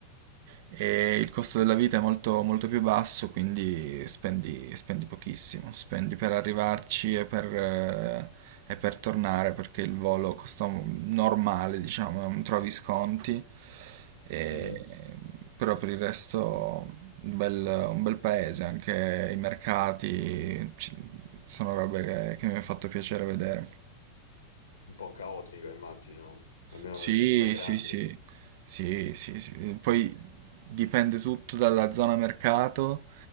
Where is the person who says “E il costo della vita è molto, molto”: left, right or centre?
Right